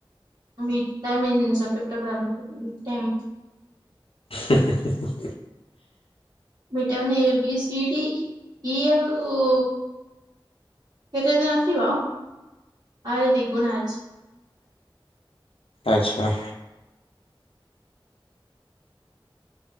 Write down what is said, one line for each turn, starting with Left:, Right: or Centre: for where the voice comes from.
Right: ଭିଟାମିନ ଜିନିଷ ପେଟ ପୁରା ନୁହେଁ ଭିଟାମିନ।
Left: ହେ ହେ ହେ ହେ।
Right: Vitamin A B C D E ଆଉ କେତେ ଯେ ନଥିବ ଆରେ ଦିଗୁଣା ଅଛି।
Left: ଆଚ୍ଛା।